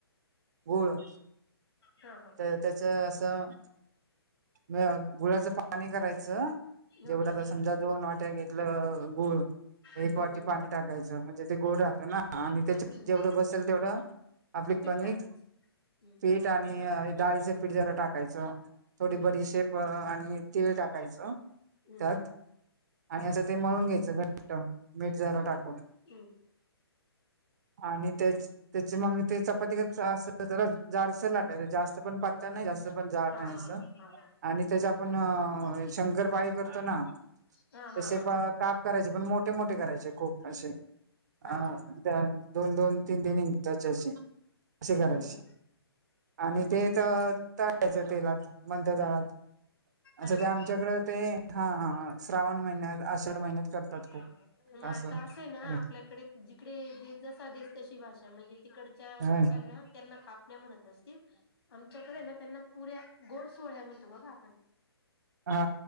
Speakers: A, on the right; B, on the left.
A: गूळ.
B: हा हा.
A: तर त्याच असं म गुळाचं पाणी करायचं
B: हा
A: जेवढा
B: हा
A: त समजा दोन वाट्या घे लं गुळ
B: हम्म
A: एक वाटी
B: हम्म
A: पाणी टाकायचं म्हणजे ते गोड राहतं ना. आणि त्याच्या
B: हम्म
A: जेवढं बसेल तेवढं आपली
B: पीठ
A: कणिक
B: टाकायचं हम्म
A: पीठ आणि डाळीचं पीठ जरा टाकायचं. थोडी
B: हम्म
A: बडी शेप आणि तीळ टाकायच
B: हम्म
A: त्यात आणि असं ते मळून घ्यायचं घट मीठ जरा टाकून.
B: हम.
A: आणि त्याच त्याचे मग ते चपाती अस जरा जाडस लाट जास्त पण पत्ता नाही जास्त पण जाड
B: हा
A: नाही
B: हा
A: असं
B: हा हा
A: आणि त्याचा आपण शंकरपाळी करतो ना
B: हा हा
A: तसे
B: हा
A: प
B: हा.
A: काप करायचे पण मोठे, मोठे करायचे खूप असे अ
B: हा
A: <unintelligible>
B: हा हा
A: दोन, दोन तीन, तीन इंचाचे असे असे करायची.
B: हम्म हम्म
A: आणि ते तर तळायचं तेलात मध तळात असं
B: अरे
A: ते
B: वा
A: आमच्याकडे ते हा हा. श्रावण महिन्यात आषाढ महिन्यात करतात
B: मग
A: खूप कासंरे
B: आता असं आहे ना आपल्याकडे जिकडे जसा देस तशी भाषा म्हणजे तिकडच्या
A: हा
B: लोकांना त्यांना काप म्हणत असतील आमच्याकडे ना त्यांना पुऱ्या गोड सोहळ्या म्हणतो बघा आपण.
A: हा